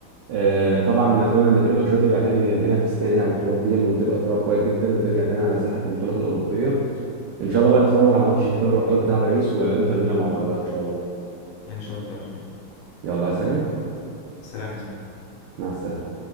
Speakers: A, on the right; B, on the left.
A: آه، طبعا أتمنى إن فريق برشلونة ترجع تاني تنافس تاني على البطولات دي وتبقى فرقة قوية جدا وترجع تاني على ساحة البطولات الأوروبية إن شاء الله بقى نتفرج على ماتش نهائي دوري الأبطال بتاع باريس وإنتر ميلان مع بعض بقى إن شاء الله
B: ان شاء الله يا اخويا
A: يلا عايز حاجة
B: سلام يا صاحبي
A: مع السلامة